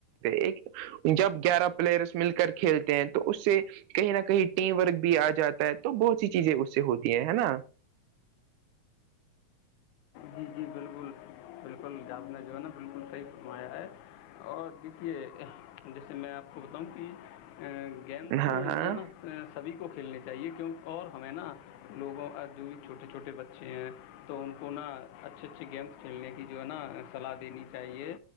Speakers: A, on the right; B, on the left.
A: ایک جب گیارہ پلیئرس مل کر کھیلتے ہیں تو اس سے کہیں نہ کہیں ٹیم ورک بھی آ جاتا ہے تو بہت سی چیزیں اس سے ہوتی ہیں ہے نا
B: جی جی بالکل بالکل آپ نے جو ہے نا بالکل صحیح فرمایا ہے اور دیکھیے جیسے میں آپ کو بتاؤں کہ گیمز
A: ہاں ہاں
B: جونا سبھی کو کھیلنے چاہیے کیوں اور ہمیں نا لوگوں اور جو بھی چھوٹے چھوٹے بچے ہیں تو ان کو نا اچھے اچھے گیمز کھیلنے جو ہے نا صلاح دینی چاہیے